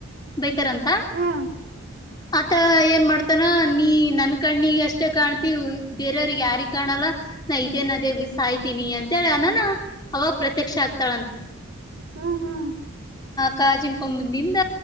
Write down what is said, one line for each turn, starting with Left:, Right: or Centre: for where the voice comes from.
Left: ಬೈತಾರ ಅಂತ
Right: ಹಾ
Left: ಆತ ಏನ್ ಮಾಡ್ತ ತನ ನೀ ನನ್ ಕಣ್ಣಿಗೆ ಅಷ್ಟೇ ಕಾಣ್ತಿತಿ ಬೇರೆಯವ್ರಿಗೆ ಯಾರಿಗೆ ಕಾಣಲ್ಲ ನಾ ಇದೇ ನ ಅದೇ ಸಾಯ್ತೀನಿ ಅಂತ ಹೇಳ ಅನಾನ ಅವಾಗ ಪ್ರತ್ಯಕ್ಷ ಆಗ್ತಾಳಂತ
Right: ಹ್ಮ್ ಹ್ಮ್
Left: ಕಾಜಿನ ಕೊಂಬಿಂದ